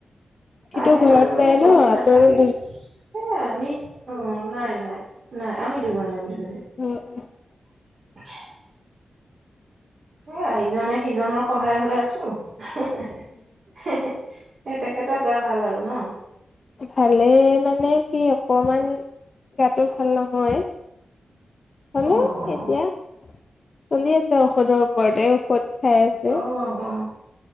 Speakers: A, on the left (about 35°); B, on the right (about 55°).
A: সিটো
B: আহে
A: ঘৰত
B: মাজে-মাজে
A: নাই
B: ঘৰটো
A: ন
B: নাথাকে,
A: আপোনালোক
B: সেয়াই আমি অ, নাই-নাই। নাই, আমি দুজনে আমি দু জনে
A: দুজনে
B: কোনে এয়া, ইজনে-সিজনৰ সহায় হৈ আছো হে হে হে হেহে হে তেখেতক গা ভাল আৰু ন।
A: ভালে, মানে কি অকমান গাতো ভাল নহয়। ভালেই
B: অ অ
A: এতিয়া। চলি আছে ঔষধৰ ওৰতে, ঔষধ খাই আছে।
B: অ অ